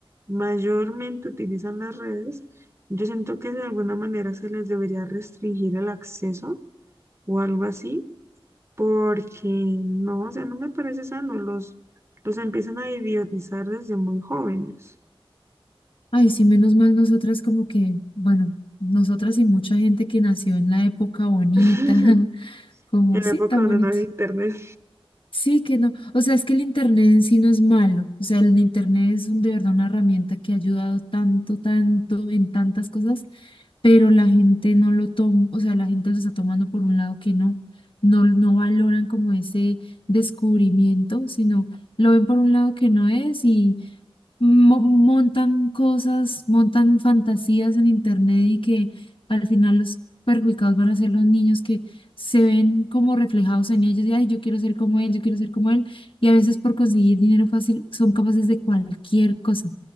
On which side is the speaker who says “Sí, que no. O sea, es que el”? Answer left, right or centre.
Left